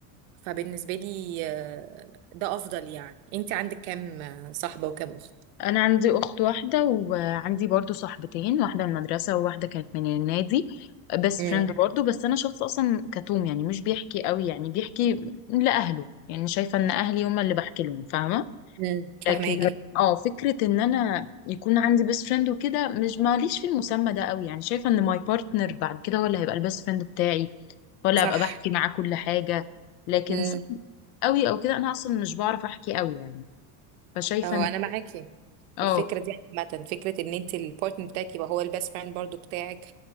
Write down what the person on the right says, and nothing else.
فبالنسبة لي آه، ده أفضل يعني أنت عندك كام آه، صاحبة وكام أخت؟
امم
امم فهماكي
صح
امم
اهو
انا معاكي
في الفكره دي عامه فكره ان انت البارتنر بتاعك يبقى هو البيست فريند برضو بتاعك